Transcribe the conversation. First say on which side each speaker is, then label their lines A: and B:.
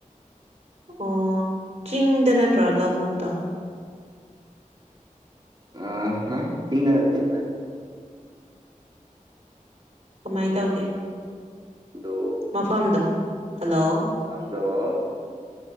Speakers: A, on the right; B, on the right.
A: ꯑꯣ ꯆꯤꯡꯗ ꯅꯠꯇ꯭ꯔꯣ ꯂꯧꯕꯨꯛꯇꯣ
B: ꯑ ꯍꯥ ꯆꯤꯡꯗ ꯅꯠꯇꯦ ꯍꯣꯏ
A: ꯀꯃꯥꯏ ꯇꯧꯒꯦ
B: ꯗꯣ
A: ꯃꯐꯝꯗꯣ ꯍꯜꯂꯣ
B: ꯐꯗꯣ <unintelligible>